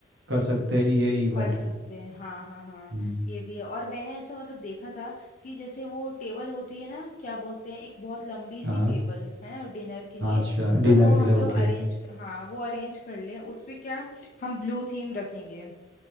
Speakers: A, on the right (about 60°); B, on the left (about 40°).
A: कर सकते हैं ये इवेंट
B: कर सकते हैं हाँ हाँ हाँ
A: हम्म
B: ये भी है और मैंने ऐसा मतलब देखा था कि जैसे वो टेबल होती है ना क्या बोलते हैं एक बहुत लंबी
A: हाँ
B: सी टेबल है ना डिनर के लिए
A: हाँ, अच्छा डिनर
B: तो वो
A: के
B: हम
A: लिए ओके
B: लोग अरेंज हाँ वो अरेंज कर लें उस पे क्या हम ब्लू थीम रखेंगे